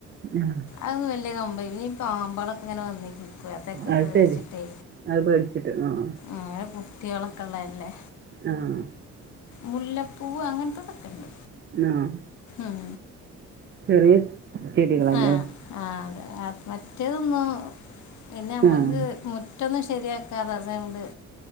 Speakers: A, on the right; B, on the left.
A: ഉം <unintelligible>
B: അത് വല്യ കമ്പല്ല ഈ പാമ്പളൊക്കെ ഇങ്ങനെ വന്നേക്കി. പ്പതൊക്കെ
A: അത്
B: പേട്ച്ചിട്ടേ
A: ശരി അത് പേടിച്ചിട്ട് ആഹ്
B: ആ കുട്ട്യാ ളൊക്കെ ഇള്ളല്ലേ?
A: ആഹ്.
B: മുല്ലപ്പൂവ് അങ്ങൻത്തതൊക്കെണ്ട്
A: ആഹ്
B: ഉം.
A: ചെറിയ ചെടികളാല്ലെ.
B: ആ ആ അതെ മറ്റേതൊന്നും പിന്നെ അ മ്മക്ക്
A: ആഹ്
B: മു റ്റൊന്നും ശെരിയാക്കാതെ അത്ണ്ട്.